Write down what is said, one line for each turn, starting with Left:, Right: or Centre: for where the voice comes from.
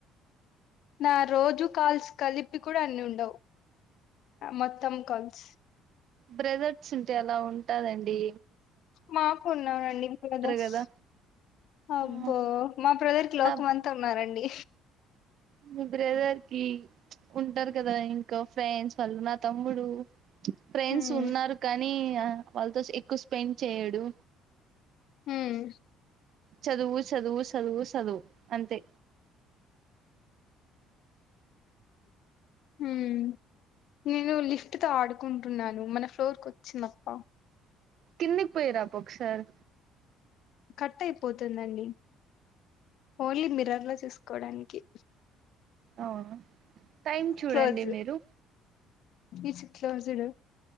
Left: నా రోజు కాల్స్ కలిపి కూడా అన్ని ఉండవు మొత్తం కాల్స్
Right: బ్రెదర్ట్స్ ఉంటే అలా ఉంటాదండి
Left: మాకు ఉన్నారండి బదర్స్
Right: కదా
Left: అబ్బో
Right: ఆ
Left: మా బ్రదర్ కి లోకం
Right: నా
Left: అంతా ఉన్నారండి
Right: మీ బ్రెదర్ కి ఉంటారు కదా ఇంకా ఫ్రెండ్స్ వాళ్ళు నా తమ్ముడు ఫ్రెండ్స్
Left: హ్మ్
Right: ఉన్నారు కానీ వాళ్ళతో ఎక్కువ స్పెండ్ చేయడు
Left: హ్మ్
Right: చదువు చదువు సదువు సదువు అంతే
Left: హ్మ్ నేను లిఫ్ట్ తో ఆడుకుంటున్నాను మన ఫ్లోర్ కు వచ్చిందప్ప
Right: కిందకి పోయి రా పొ ఒకసారి
Left: కట్ అయిపోతుందండి ఓన్లీ మిరర్ లో చూసుకోడానికే
Right: అ టైం చూడండి
Left: క్లోజ్
Right: మీరు
Left: it's closed